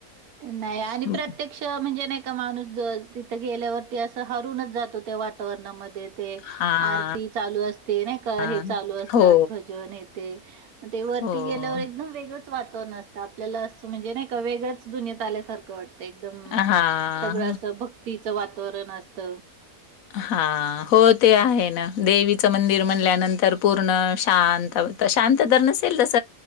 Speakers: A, on the right (about 80°); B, on the left (about 75°).
A: नाही आणि
B: हं,
A: प्रत्यक्ष म्हणजे नाही का माणूस ज गेल्यावरती असं हरूनच जातो त्या वातावरणामध्ये
B: हां,
A: आरती चालू असते नाही का
B: हां.
A: हे चालू असतात
B: हो,
A: भजन येथे ते वरती
B: हो.
A: गेल्यावर एकदम वेगळंच वातावरण असतं आपल्याला असं म्हणजे नाही का वेगळं दुनियात आल्यासारखं वाटतं एकदम
B: हां.
A: सगळं असं भक्तीचं वातावरण असत
B: हा हो ते आहे ना देवीचं मंदिर म्हल्यानंतर पूर्ण शां शांत तर नसेल तस